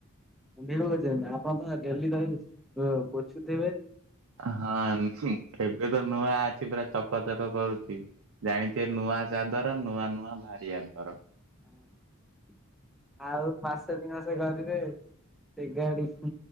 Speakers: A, in the centre; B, on the right.
A: ଭିଡିଓ କରିଚନ୍ତି ଆପଣ ତ ଡେଲି ତ ଭାଇ ପୋଛୁଥୁବେ?
B: ହଁ ଏବେ ତ ନୂଆ ଅଛି ପୁରା ଚକ ଚକ କରୁଚି ଜାଣିଥିବେ ନୂଆ ଚାଦର ନୂଆ ନୂଆ ବାହାରି ଆନ୍ତର।
A: ହଁ ଆଉ ମାସେ ଦି ମାସେ କରିବେ ସେ ଗାଡି